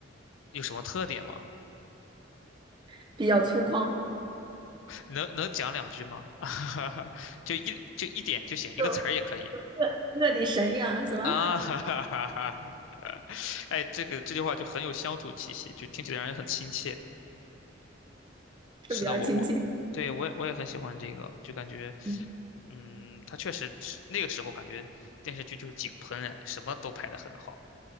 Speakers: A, on the left; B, on the right.
A: 有什么特点吗？
B: <laughs> 比较粗犷，
A: 能能讲两句吗？<laughs> 就一就一点就行，一个词儿也可以
B: 就我的神呀，是吧？
A: 啊。<laughs> 哈哈哈哈！哎，这个这句话就很有乡土气息，就听起来让人很亲切。
B: 就比较亲切，
A: 是的，我我对我也我也很喜欢这个，就感觉，
B: 嗯，
A: 嗯，他确实是那个时候感觉电视剧就是井喷哎，什么都拍得很好。